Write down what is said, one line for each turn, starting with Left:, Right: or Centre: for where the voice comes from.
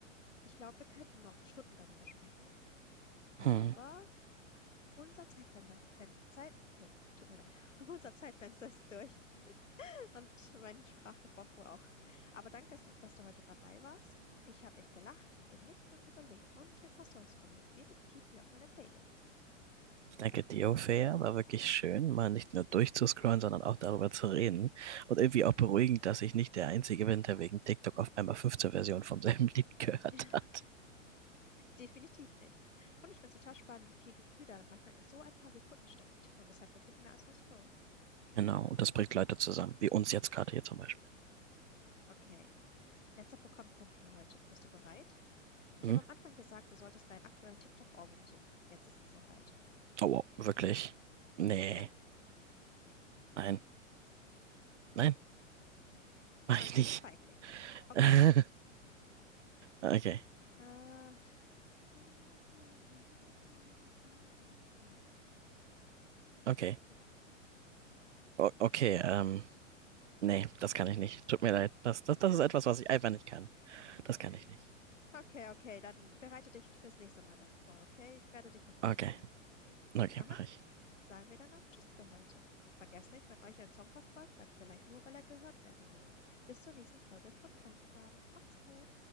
Left: ich glaube, wir könnten noch Stunden darüber sprechen. Aber
Right: Hm.
Left: Unser Zeitfenster, Fen Zeit, oh, tut mir leid, <laughs> unser Zeitfenster ist durch und mein Sprachgebrauch wohl auch. Aber danke, dass du heute dabei warst. Ich habe echt gelacht, genickt und überlegt und ein paar Songs kommen jetzt definitiv wieder auf meine Playlist.
Right: Ich danke dir, Ophäa. War wirklich schön, mal nicht nur durchzuscrollen, sondern auch darüber zu reden. Und irgendwie auch beruhigend, dass ich nicht der Einzige bin, der wegen TikTok auf einmal 15 Versionen vom selben <laughs> Lied gehört
Left: <laughs>
Right: hat.
Left: Definitiv nicht. Und ich finde es total spannend, wie viel Gefühl da manchmal in so ein paar Sekunden steckt. TikTok ist halt wirklich mehr als nur Scrollen.
Right: Genau, und das bringt Leute zusammen, wie uns jetzt gerade hier zum Beispiel.
Left: Okay, letzter Programmpunkt für heute. Bist du bereit? Ich
Right: Mhm.
Left: habe am Anfang gesagt, du solltest deinen aktuellen TikTok-Ohrwurm summen. Jetzt ist es soweit.
Right: Oh, wow, wirklich? Nee,
Left: Ja.
Right: nein, nein,
Left: Na
Right: mach ich
Left: gut,
Right: nicht.
Left: Feigling. Okay,
Right: <laughs>
Left: warte.
Right: Okay,
Left: Äh, Du
Right: okay,
Left: bist.
Right: o okay, ähm, nee, das kann ich nicht. Tut mir leid. Das, das, das ist etwas, was ich einfach nicht kann. Das kann ich nicht.
Left: Okay, okay, dann bereite dich fürs nächste Mal dann vor, okay? Ich werde dich nochmals
Right: Okay,
Left: fragen.
Right: okay,
Left: Damit
Right: mache ich.
Left: sagen wir dann auch Tschüss für heute. Und vergesst nicht, wenn euch ein Song verfolgt, dann vielleicht nur, weil er gehört werden will. Bis zur nächsten Folge von Klangfarben. Macht's gut.